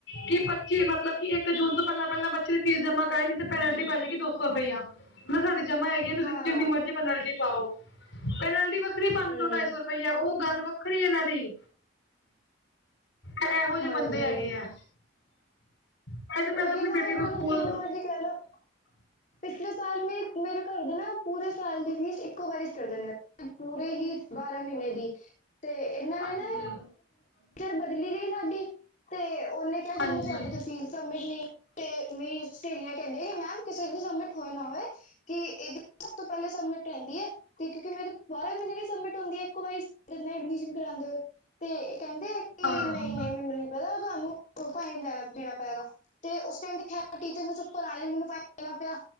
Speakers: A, on the left; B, on the left.
A: ਕਿ ਪ ਕੀ ਮਤਲਬ ਕਿ ਏਕ ਜੂਨ ਤੋ ਪੈਲਾ-ਪੈਲਾ ਬੱਚੇ ਦੀ ਫੀਸ ਜਮਾਂ ਕਰਾਈ, ਨੀ ਤੇ ਪੈਨਲਟੀ ਪੈਜੇਗੀ ਦੋ ਸੌ ਰੁਪਈਆ ਨਾ ਸਾਡੀ ਜਮਾ ਹੈਗੀ। ਯਾ ਤੁਸੀ
B: ਹਾਂ
A: ਜਿੰਨੀ ਮਰਜ਼ੀ ਪੈਨਲਟੀ ਪਾਓ, ਪੈਨਲਟੀ ਵੱਖਰੀ ਪਾਂਦੇ
B: ਹਮ,
A: ਦੋ ਟਾਈਸੌ ਰੁਪਈਆ, ਓ ਗੱਲ ਵੱਖਰੀ ਵੱਖਰੀ ਏਨਾਂ ਦੀ, ਐ ਐਹੋ ਜੇ
B: ਹਾਂਜੀ
A: ਬੰਦੇ ਹੈਗੇ ਆ। ਮੈ ਤੇ ਮੈਂ
B: ਉਹੀ
A: ਤੇ ਅਪਨੀ
B: ਨਾ
A: ਬੇਟੀ
B: ਇਹਨਾਂ
A: ਨੂੰ ਸਕੂਲ
B: ਕਿੰਨਾ ਮਰਜ਼ੀ ਕਹਿ ਲਓ ਪਿਛਲੇ ਸਾਲ ਵੀ ਮੇਰੇ ਘਰ ਦੇ ਨਾ ਪੂਰੇ ਸਾਲ ਦੀ ਫੀਸ ਇੱਕੋ ਵਾਰੀ ਚ ਕਰਦੇ ਨੇ। ਪੂਰੇ ਹੀ ਬਾਰਾ ਮੀਨੇ ਦੀ, ਤੇ ਐਨਾਂ
A: ਹਾਂਜੀ
B: ਨੇ ਨਾ ਚਿਰ ਬਦਲੀ ਗਈ ਸਾਡੀ ਤੇ ਓਨੇ ਕਯਾ ਕਿ
A: ਹਾਂਜੀ
B: ਨੀ ਤੁਹਾਡੀ ਤੇ ਫੀਸ ਸਬਮਿਟ ਨਈ ਤੇ ਮੇਰੀ ਸੇਲੀਯਾਂ ਕੈਂਦੀਆਂ ਕਿ ਮੈਮ ਕਿਸੇ ਦੀ ਸਬਮਿਟ ਹੋਏ ਨਾ ਹੋਵੇ ਕਿ ਏਦੀ ਸਭ ਤੋ ਪੈਲੇ ਸਬਮਿਟ ਰੈਂਦੀ ਐ, ਤੇ ਕਿਉਕਿ ਮੇਰੇ ਬਾਰਾ ਮੀਨੇ ਵੀ ਸਬਮਿਟ ਹੁੰਦੀ ਏ ਇੱਕੋ ਵਾਰੀ ਚ, ਐਡਮਿਸ਼ਨ ਕਰਾਂਦੇ ਹੋਏ, ਤੇ ਏ ਕੈਂਦੇ ਐ ਨੀ
A: ਹਾਂ
B: ਨਈ-ਨਈ ਮੈਨੂੰ ਨੀ ਪਤਾ, ਤਵਾਨੂੰ ਪਾਈ ਨੂੰ ਲੈਣਾ-ਦੇਨਾ ਪਾਏਗਾ, ਤੇ ਓਸ ਟਾਈਮ ਤੇ ਹੈ ਟੀਚਰ ਨੂੰ ਚੁੱਪ ਕਰ ਆ ਲਈ ਮੈਨੂੰ ਫਾਈਨ ਦੇਣਾ ਪਿਆ।